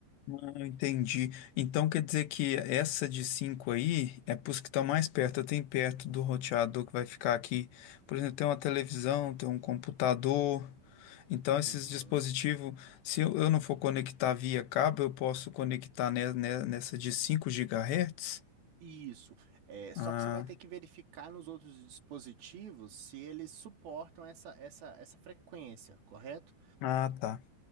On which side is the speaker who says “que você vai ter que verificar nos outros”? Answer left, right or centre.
Right